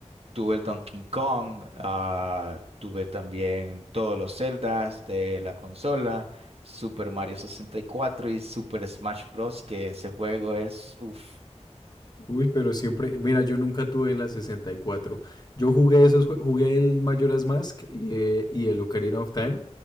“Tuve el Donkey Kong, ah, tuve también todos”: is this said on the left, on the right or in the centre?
Right